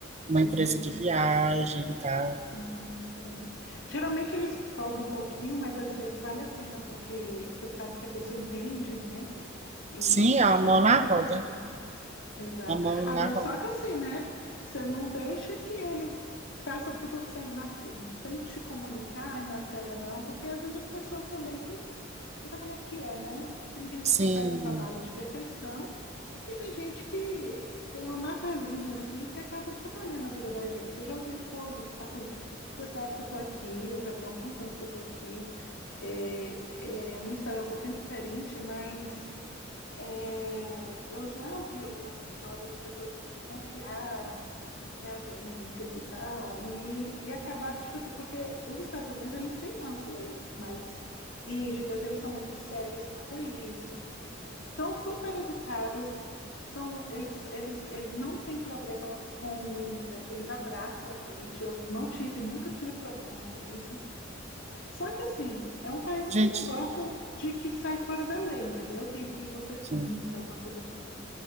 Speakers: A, on the right; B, on the left.
A: uma empresa
B: entendi.
A: de viagem e tal.
B: Uhum, é. Geralmente eles cobram um pouquinho, mas às vezes vale a pena, porque você sabe que a pessoa entende, né? E,
A: Sim,
B: e sabe
A: a mão
B: o que está
A: na
B: fazendo.
A: roda,
B: Exato.
A: a mão
B: Agora,
A: na roda.
B: só que assim, né? Você não deixa que eles façam tudo sem, na- sem te comunicar e na cega, não, porque às vezes as pessoas também têm Mas sabe como é que é, né? Tem gente
A: Sim,
B: que faz um trabalho de perfeição e tem gente que tem uma mafazinha assim que acaba atrapalhando a vida da gente. Eu já ouvi coisa assim, você sabe que eu tô aqui, eu já tenho alguns anos que eu tô aqui. É, é, a minha história é um pouquinho diferente, mas é, eu já ouvi algumas histórias de pessoas que confiaram em agências e tal, e, e acabaram, tipo assim, porque os Estados Unidos, eles têm umas leis mais rígidas, eles são muito sérios quanto a isso, são super educados, são, eles, eles, eles não têm problema com o imigrante, eles abraçam a gente, eu não tive, nunca tive problema com isso, só que assim, é um país
A: gente,
B: que não gosta de que sai fora da lei, entendeu? Que, que você
A: sim.
B: minta, alguma coisa assim.